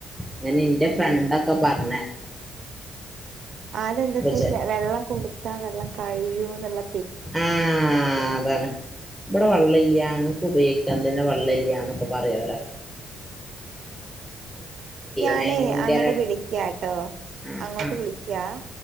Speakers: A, in the centre; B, on the right (about 65°).
A: അങ്ങനെ എന്റെ ഫ്രണ്ടൊക്കെ
B: ഉം
A: പറഞ്ഞ്
B: അതെന്താച്ചാ
A: ചെ
B: വെള്ളം കൊടുത്താ വെള്ളം കഴിയോ എന്നുള്ള
A: ആ അതാണ് ഇവിടെ വള്ളല്ല്യാ ഞങ്ങക്ക് ഉപയോഗിക്കാൻ തന്നെ വള്ളല്ല്യാന്നൊക്കെ പറയൊല്ലോ
B: ഞാനേ
A: ഭയങ്കര
B: അങ്ങട്ട് വിളിക്ക്യാട്ടോ
A: ആ
B: അങ്ങോട്ട്
A: ആ
B: വിളിക്ക്യാ <inaudible>